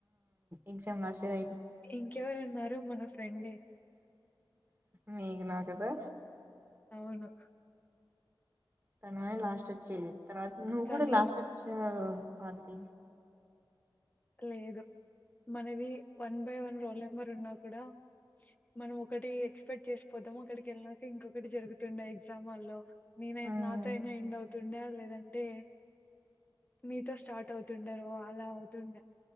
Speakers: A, on the right (about 25°); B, on the left (about 20°).
A: ఎగ్జామ్ రాసేది
B: ఇంకెవరు ఉన్నారు మన ఫ్రెండ్
A: మీకు నా కదా
B: అవును
A: తననే లాస్ట్ అచ్చేది తర్వాత నువ్వు
B: కానీ
A: కూడా లాస్ట్ వచ్చి మనది
B: లేదు మనది one by one roll number ఉన్నా కూడా మనం ఒకటి ఎక్స్పెక్ట్ చేసిపోదాం ఒకక్కడికి వెళ్ళినాక ఇంకొకటి జరుగుతుండే ఎగ్జామ్ల్లో నేన
A: ఉమ్
B: నాతో అయినా ఎండ్ అవుతుంది తుండ లేదంటే మీతో స్టార్ట్ అవుతుండారు అలా అవుతుండ